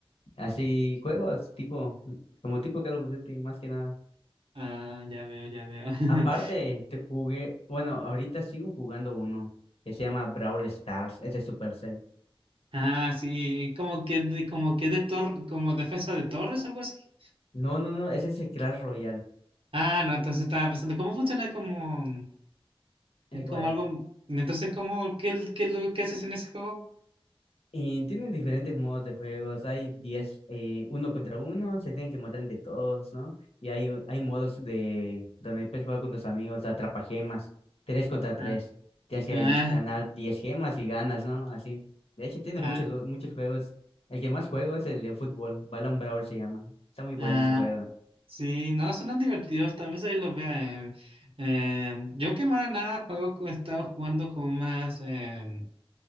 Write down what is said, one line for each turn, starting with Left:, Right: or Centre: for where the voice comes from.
Left: Así juegos, tipo, como tipo Call of Duty más que nada.
Right: Ah, ya veo, ya veo. <laughs>
Left: Aparte, te jugué, bueno, ahorita sigo jugando uno que se llama Brawl Stars, ese Supercell.
Right: Ah, sí, como que de, como que de tor- como defensa de torres, algo así.
Left: No, no, no, ese es el Clash Royale.
Right: Ah, no, entonces estaba pensando, ¿cómo funciona como,
Left: igual
Right: es como algo, entonces, ¿cómo, qué, qué, es lo que haces en ese juego?
Left: Y tienen diferentes modos de juegos. Hay 10 eh, uno contra uno, se tienen que matar entre todos, ¿no? Y hay, hay modos de donde puedes jugar con tus amigos, atrapa gemas, tres contra tres.
Right: Ah,
Left: Tienes que
Right: ah,
Left: ganar 10 gemas y ganas, ¿no? Así. De hecho, tiene
Right: ah,
Left: muchos, muchos juegos. El que más juego es el de fútbol, Balón Brawl se llama. Está muy bueno
Right: ah,
Left: ese juego.
Right: Sí, no, son divertidos, tal vez ahí lo vea. eh, eh, yo que más nada juego, co- he estado jugando como más... eh,